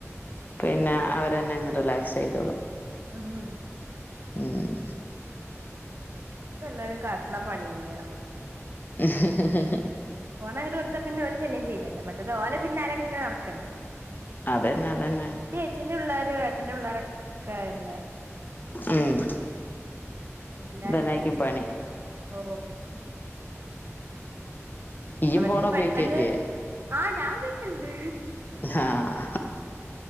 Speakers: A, on the left; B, on the right.
A: പിന്നെ അവരെന്നെ അങ്ങ് റിലാക്സ് ചെയ്തോളും
B: <unintelligible>
A: ഉം
B: ഇപ്പോ എല്ലാവരും കാണിക്കുന്ന പണി തന്നെയാ അത്
A: <unintelligible>
B: ഫോൺ അങ്ങട്ട് കൊടുത്താ പിന്നെ ഒരു ശല്യം ചെയ്യില്യല്ലോ മറ്റേത് അവരുടെ പിന്നാലെ ഇങ്ങനെ നടക്കണ്ടേ
A: അതന്നെ അതന്നെ
B: ച്ഛൻ്റെ പിള്ളേരു ഏട്ടൻ്റെ പിള്ളേരൊക്കെയന്നെ
A: ഉം
B: എല്ലാരും
A: ഇതെന്നായ്ക്ക്യും
B: ഇതന്നെ ചെയ്യണെ
A: പണി
B: ഓ
A: ഇയ്യും
B: അവർക്ക്
A: ഫോൺ
B: പെട്ടെന്ന്
A: ഉപയോഗിക്കലില്ലേ
B: ആ ഞാൻഉപയോഗിക്കൽ ഉണ്ട്
A: ആഹ്